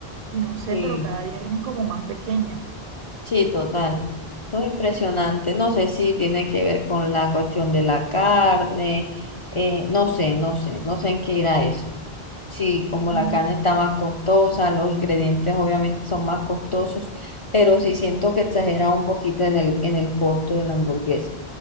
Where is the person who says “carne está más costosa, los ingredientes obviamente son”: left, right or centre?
Left